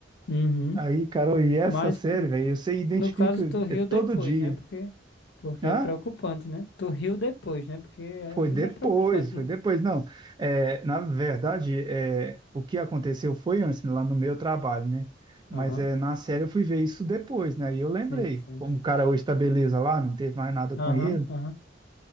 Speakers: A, on the left; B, on the right.
A: uhum.
B: Aí, Carol, e essa
A: Mas,
B: série,
A: n-
B: velho, você identifica
A: no caso, tu riu
B: é, todo
A: depois,
B: dia.
A: né? Porque, porque
B: Hã?
A: é preocupante, né? Tu riu depois, né? Porque é,
B: Foi
A: às
B: depois,
A: vezes é preocupante,
B: foi
A: né?
B: depois. Não, é, na verdade, é, o que aconteceu foi antes, né, lá no meu trabalho, né? Mas
A: Aham,
B: é, na série eu fui ver isso depois, né? E eu lembrei.
A: sim, sim,
B: Como
A: sim.
B: o cara hoje tá beleza lá, não teve mais nada
A: Aham,
B: com ele.
A: aham.